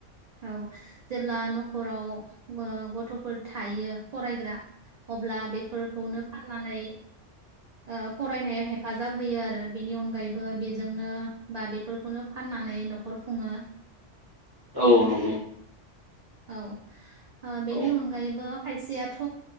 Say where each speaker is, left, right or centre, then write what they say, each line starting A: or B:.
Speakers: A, on the right (about 60°); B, on the left (about 30°).
A: औ जेब्ला न'खराव ओ गथ'फोर थायो फरायग्रा अब्ला बेफोरखौनो फाननानै ओ फरायनायाव हेफाजाब होयो आरो बेनि अनगायैबो बेजोंनो बा बेफोरखौनो फाननानै न'खर खुङो।
B: औ नंगौ
A: औ बेनि
B: औ
A: अनगायैबो खायसेयाथ'